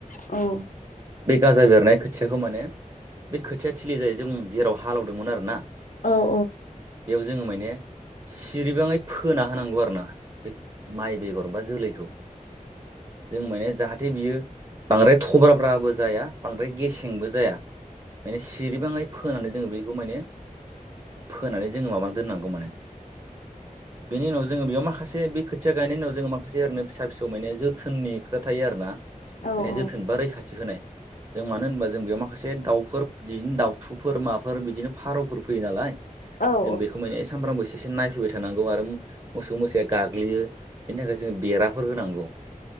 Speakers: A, on the left (about 70°); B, on the right (about 30°).
A: औ
B: बे गाजा बेरनाय खोथियाखौ माने बे खोथिया थिलि जायो जों जेराव हालेवदोंमोन आरो ना
A: औ औ
B: बेयाव जोङो माने सिरिबाङै फोना होनांगौ आरो ना बे माइ बेगर बा जोलैखौ जों माने जाथे बियो बांद्राय थब्राब्राबो जाया बांद्राय गेसेंबो जाया माने सिरिबाङै फोनानै जोङो बेखौ माने फोनानै जोङो माबानानै दोननांगौ माने बेनि उनाव जोङो बेयाव मा खासे बे खोथिया गायनायनि उनाव जोङो माखासे ओरैनो फिसा फिसौ माने जोथोननि खोथा थायो आरोना
A: औ
B: माने जोथोन बा रैखाथि होनाय जों मानो होनबा जों बेयाव मा माखासे दाउफोर बिदिनो दाउथुफोर माफोर बिदिनो फारौफोर फैयो नालाय
A: औ
B: जों बेखौ माने सामफ्रामबो एसे एसे नायफैबाय थानांगौ आरो मोसौ मोसाया गाग्लियो बेनि थाखाय बेराफोर होनांगौ